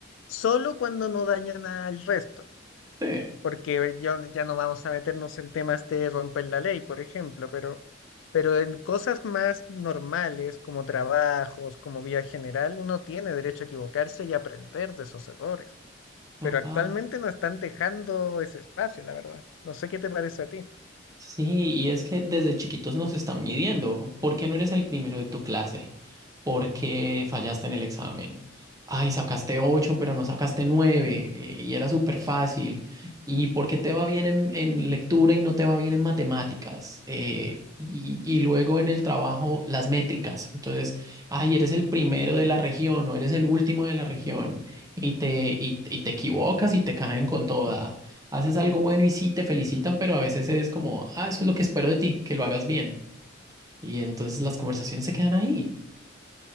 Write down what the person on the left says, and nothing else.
solo cuando no dañan al resto.
Porque ya, ya no vamos a meternos en temas de romper la ley, por ejemplo, pero, pero en cosas más normales, como trabajos, como vía general, uno tiene derecho a equivocarse y aprender de esos errores
pero actualmente no están dejando ese espacio, la verdad. No sé qué te parece a ti.